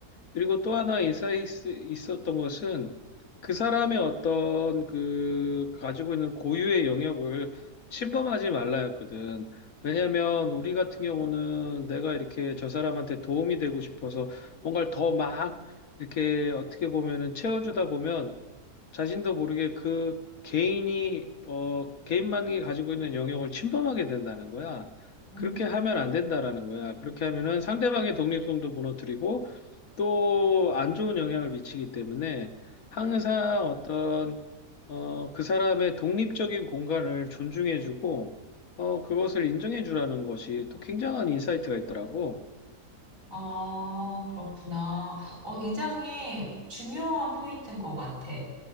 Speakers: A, on the left; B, on the right.
A: 그리고 또 하나 인사이트 있었던 것은 그 사람의 어떤 그 가지고 있는 고유의 영역을 침범하지 말라였거든. 왜냐하면 우리 같은 경우는 내가 이렇게 저 사람한테 도움이 되고 싶어서 뭔가를 더 막 이렇게 어떻게 보면은 채워주다 보면 자신도 모르게 그 개인이, 어, 개인만이 가지고 있는 영역을 침범하게 된다는 거야.
B: 음.
A: 그렇게 하면 안 된다라는 거야. 그렇게 하면은 상대방의 독립성도 무너뜨리고 또 안 좋은 영향을 미치기 때문에 항상 어떤, 어, 그 사람의 독립적인 공간을 존중해주고, 어, 그것을 인정해주라는 것이 또 굉장한 인사이트가 있더라고.
B: 아, 그렇구나. 어, 굉장히 중요한 포인트인 것 같아.